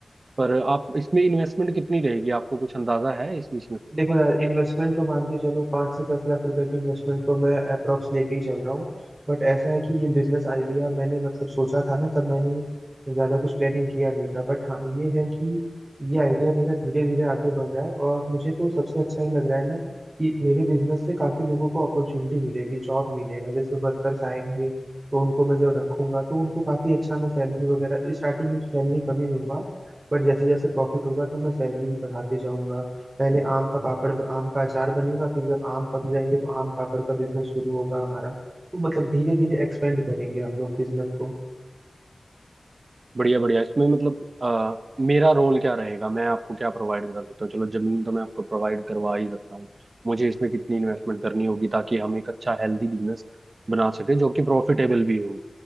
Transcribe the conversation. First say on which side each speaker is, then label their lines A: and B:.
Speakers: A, on the right; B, on the right.
A: पर आप इसमें इन्वेस्टमेंट कितनी रहेगी आपको कुछ अंदाजा है इस बिजनेस में
B: देखो यार इन्वेस्टमेंट तो मान के चलो पाँच से दस लाख रुपए की इन्वेस्टमेंट तो मैं अप्रोक्स लेके ही चल रहा हूँ बट ऐसा है कि ये बिजनेस आइडिया मैंने मतलब सोचा था ना तब मैंने ज्यादा कुछ प्लानिंग किया नहीं था बट हाँ ये है कि ये आइडिया मेरा धीरे धीरे आगे बढ़ रहा है और मुझे तो सबसे अच्छा ये लग रहा है ना कि मेरे बिजनेस से काफी लोगों को अपॉर्चुनिटी मिलेगी जॉब मिलेगा जैसे वर्कर्स आएंगे तो उनको मैं जब रखूंगा तो उनको काफी अच्छा मैं सैलरी वगैरह स्टार्टिंग में तो सैलरी कम ही दूंगा बट जैसे जैसे प्रॉफिट होगा तो मैं सैलरी भी बढ़ाते जाऊंगा पहले आम का पापड़ आम का अचार बनेगा फिर जब आम पक जाएंगे तो आम पापड़ का बिजनेस शुरू होगा हमारा तो मतलब धीरे धीरे एक्सपेंड करेंगे हम लोग बिजनेस को
A: बढ़िया बढ़िया इसमें मतलब अ, मेरा रोल क्या रहेगा मैं आपको क्या प्रोवाइड करा सकता हूँ चलो जमीन तो मैं आपको प्रोवाइड करवा ही सकता हूँ मुझे इसमें कितनी इन्वेस्टमेंट करनी होगी ताकि हम एक अच्छा हेल्दी बिजनेस बना सके जो कि प्रॉफिटेबल भी हो